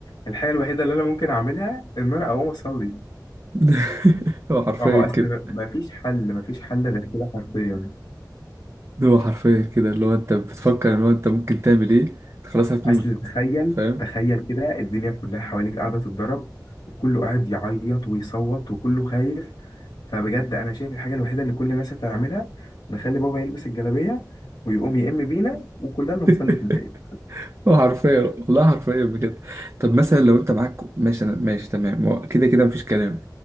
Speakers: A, on the left (about 85°); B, on the right (about 40°).
A: الحاجه الوحيده اللي انا ممكن اعملها ان انا اقوم اصلي
B: <laughs> هو حرفيا
A: ما هو
B: كده
A: اصل مفيش حل مفيش حل غير كده حرفيا
B: هو حرفيا كده اللي هو انت بتفكر ان هو انت ممكن تعمل ايه انت خلاص هتموت
A: اصل تخيل
B: فاهم
A: تخيل كده الدنيا كلها حواليك قاعده تتضرب وكله قاعد يعيط ويصوت وكله خايف فبجد انا شايف الحاجه الوحيده اللي كل الناس هتعملها نخلي بابا يلبس الجلابيه ويقوم يئم بينا وكلنا نصلي
B: <laughs>
A: في البيت
B: هو حرفيا والله حرفيا بجد طب مثلا لو انت معاك ماشي انا ماشي تمام هو كده كده مفيش كلام